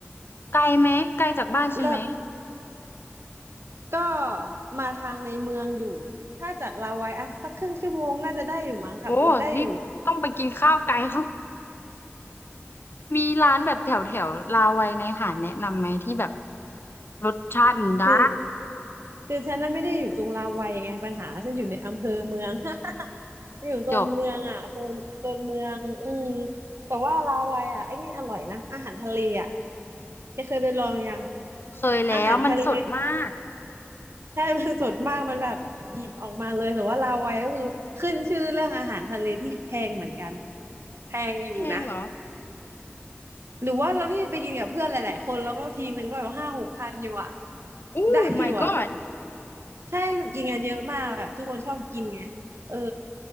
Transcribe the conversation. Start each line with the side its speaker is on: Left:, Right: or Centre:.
Left: ไกลไหมไกลจากบ้านฉันไหม
Right: เลิศก็มาทางในเมืองอยู่ถ้าจากลาวัยอ่ะสักครึ่งชั่วโมงน่าจะได้อยู่มั้งขับรถได้อยู่
Left: โอ้นี่ต้องไปกินข้าวไกล <laughs> เขา มีร้านแบบแถวแถวลาวัยในหาดแนะนำไหมที่แบบรสชาติมันได้
Right: คือ คือฉันน่ะไม่ได้อยู่ตรงราวัยไงปัญหาฉันอยู่ในอำเภอเมือง <laughs> อยู่โซนเมืองอ่ะโซนโซนเมืองอืม
Left: จบ
Right: แต่ว่าราวัยอ่ะไอ้นี่อร่อยนะอาหารทะเลอ่ะแกเคยไปลองยัง
Left: เคยแล้วมันสดมาก
Right: อาหารทะเลใช่มันสดมากมันแบบหยิบออกมาเลยแต่ว่าราวัยก็คือขึ้นชื่อเรื่องอาหารทะเลที่แพงเหมือนกันแพงอยู่นะ
Left: แพงเหรอ
Right: หรือว่าเราที่ไปกินกับเพื่อนหลายๆคนแล้วก็ทีนึงก็แบบห้าหกพันอยู่อ่ะ
Left: อู้
Right: ได้อยู่อ่ะ
Left: my god
Right: ใช่แบบกินกันเยอะมากแบบทุกคนชอบกินไงเออ